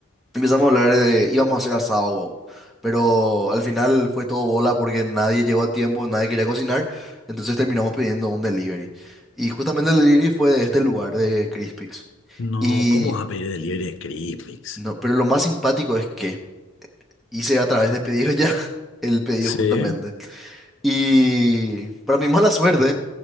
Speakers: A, in the centre; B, on the left.
A: empezamos a hablar de, íbamos a hacer asado, wow. Pero al final fue todo bola porque nadie llegó a tiempo, nadie quería cocinar, entonces terminamos pidiendo un delivery. Y justamente el delivery fue de este lugar, de Crispix.
B: No,
A: Y
B: ¿cómo vas a pedir delivery de Crispix?
A: No, pero lo más simpático es que hice a través de pedido ya <laughs> el pedido
B: Sí,
A: justamente. Y para mi mala suerte,